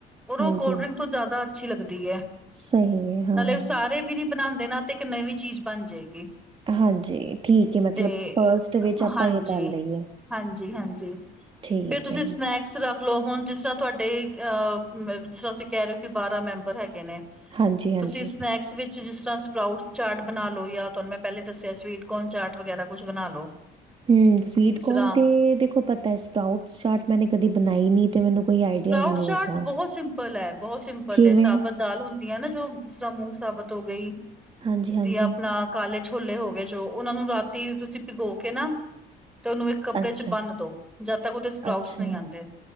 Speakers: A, in the centre; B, on the right (about 35°).
A: ਪਰ ਉਹ
B: ਹਾਂਜੀ
A: ਕੋਲਡ ਡਰਿੰਕ ਤੋਂ ਜ਼ਿਆਦਾ ਅੱਛੀ ਲੱਗਦੀ ਹੈ
B: ਸਹੀ ਹੈ ਹਾਂ
A: ਨਾਲੇ ਉਹ ਸਾਰੇ ਵੀ ਨੀ ਬਣਾਉਂਦੇ ਨਾ। ਤੇ ਇੱਕ ਨਵੀਂ ਚੀਜ਼ ਬਣ ਜਾਏਗੀ।
B: ਹਾਂਜੀ ਠੀਕ ਮਤਲਬ
A: ਤੇ
B: ਫਸਟ। ਵਿੱਚ ਆਪਾਂ
A: ਹਾਂਜੀ
B: ਇਹ ਕਰ ਲਈਏ
A: ਹਾਂਜੀ ਹਾਂਜੀ
B: ਠੀਕ
A: ਫਿਰ ਤੁਸੀਂ
B: ਹੈ,
A: ਸਨੈਕ। ਰੱਖ ਲਓ ਹੁਣ ਜਿਸ ਤਰ੍ਹਾਂ ਤੁਹਾਡੇ ਅਹ ਜਿਸ ਤਰ੍ਹਾਂ ਤੁਸੀਂ ਕਹਿ ਰਹੇ ਹੋ ਕਿ ਬਾਰਾਂ ਮੈਂਬਰ ਹੈਗੇ ਨੇ।
B: ਹਾਂਜੀ-ਹਾਂਜੀ,
A: ਤੁਸੀਂ ਸਨੈਕਸ ਵਿੱਚ ਜਿਸ ਤਰ੍ਹਾਂ ਸਪਰਾਊਟਸ ਚਾਰਟ ਬਣਾ ਲ ਲੋ ਯ ਤੁਹਾਨੂੰ ਮੈਂ ਪਹਿਲੇ ਦੱਸਿਆ ਸਵੀਟਕੋਰਨ ਚਾਰਟ ਵਗੈਰਾ ਕੁਛ ਬਣਾ ਲ ਲੋ।
B: ਹਮ ਸਵੀਟ
A: ਇਸ ਤਰ੍ਹਾਂ
B: ਕੋਨ ਤੇ ਦੇਖੋ ਪਤਾ ਹੈ ਸਪਰਾਊਟ ਚਾਟ ਮੈਨੇ ਕਦੀ ਬਣਾਈ ਨੀ ਤੇ ਮੈਨੂੰ ਕੋਈ ਆਈਡੀਆ
A: ਸਪਰਾਊਟ
B: ਵੀ ਨਹੀਂ
A: ਚਾਰਟ
B: ਹੈਗਾ,
A: ਬਹੁਤ ਸਿੰਪਲ ਹੈ ਬਹੁਤ ਸਿੰਪਲ
B: ਕਿਵੇਂ?
A: ਹੈ ਸਾਬਤ ਦਾਲ ਹੁੰਦੀ ਹੈ ਨਾ ਜੋ ਜਿਸ ਤਰਾਂ ਮੁੰਗ ਸਾਬਤ ਹੋ ਗਈ।
B: ਹਾਂਜੀ ਹਾਂਜੀ
A: ਤੇ ਆਪਣਾ ਕਾਲੇ ਛੋਲੇ ਹੋ ਗਏ ਜੋ ਉਹਨਾ ਨੂੰ ਰਾਤੀ ਤੁਸੀਂ ਭਿਗੋ ਕੇ ਨਾ ਤੇ ਉਹਨੂੰ ਕੱਪੜੇ
B: ਅੱਛਾ,
A: ਚ ਬੰਨ ਦੋ ਜਦ ਤੱਕ ਉਹਦੇ ਸਪਰਾਊਟਸ
B: ਅੱਛਾ
A: ਨਹੀਂ ਆਉਂਦੇ।